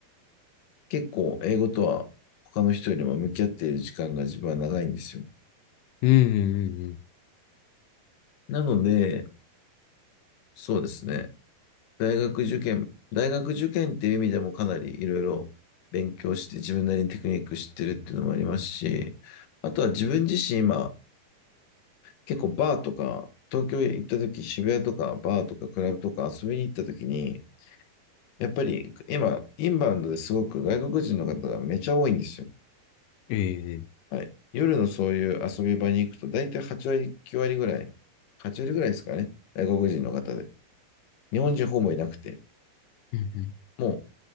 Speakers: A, on the left; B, on the left.
A: 結構英語とは他の人よりも向き合っている時間が自分は長いんですよ。
B: うん。うん。うん
A: なので、そうですね。大学受験、大学受験っていう意味でもかなりいろいろ勉強して自分なりにテクニック知ってるっていうのもありますし、あとは自分自身今結構バーとか東京行った時渋谷とかバーとかクラブとか遊びに行った時に、やっぱり今インバウンドですごく外国人の方がめちゃ多いんですよ。
B: ええ。
A: はい。夜のそういう遊び場に行くと大体8割、9割ぐらい、8割ぐらいですかね。外国人の方で。日本人ほぼいなくて。
B: うん。
A: もう